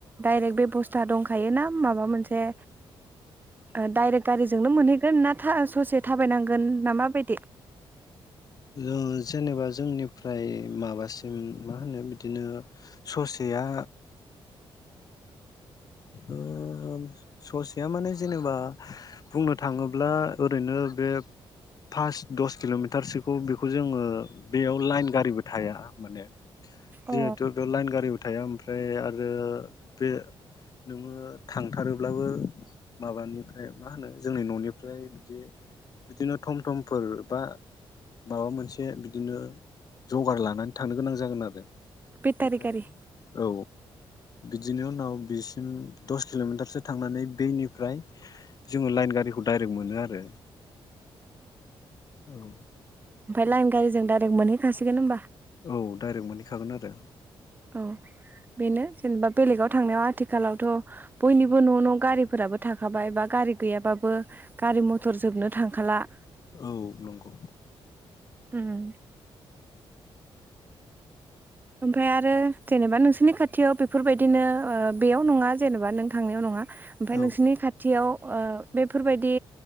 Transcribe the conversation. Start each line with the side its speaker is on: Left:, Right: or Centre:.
Right: डाइरेक्ट बेब'स्था दंखायो ना माबा मोनसे ओ डाइरेक्ट गारिजोंनो मोनहैगोन ना फा ससे थाबायनांगोन ना माबायदि
Left: ओ जेनेबा जोंनिफ्राय माबासिम मा होनो बिदिनो ससेया ओ ससेया माने जेनेबा बुंनो थाङोब्ला ओरैनो बे पास दस किल'मिटारसोखौ बेखौ जोङो बेयाव लाइन गारिबो थाया माने जिहेतु
Right: अ
Left: बेयाव लाइन गारिबो थाया ओमफ्राय आरो बे नोङो थांथारोब्लाबो माबानिफ्राय मा होनो जोंनि न'निफ्राय बिदि बिदिनो थम थमफोर बा माबा मोनसे बिदिनो जगार लानानै थांनो गोनां जागोन आरो
Right: बेटारि
Left: ओमफ्राय
Right: गारि
Left: औ बिदिनि उनाव बिसिम दस किल'मिटारसो थांनानै बैनिफ्राय जोङो लाइन गारिखौ डाइरेक्ट मोनो आरो औ
Right: ओमफ्राय लाइन गारिजों दाइरेक्ट मोनहै खासिगोन होनबा
Left: औ डाइरेक्ट मोनहैखागोन आरो
Right: औ बेनो जेनेबा बेलेगाव थांनायाव आथिखालावथ बयनिबो न न गारिफोराबो थाखाबाय बा गारि गैयाबाबो गारि मथर जोबनो थांखाला
Left: औ नंगौ
Right: उम ओमफ्राय आरो जेनेबा नोंसोरनि खाथियाव बेफोरबायदिनो ओ बेयाव नंङा जेनेबा नों थांनायाव नङा ओमफ्राय
Left: औ
Right: नोंसिनि खाथियाव ओ बेफोरबायदि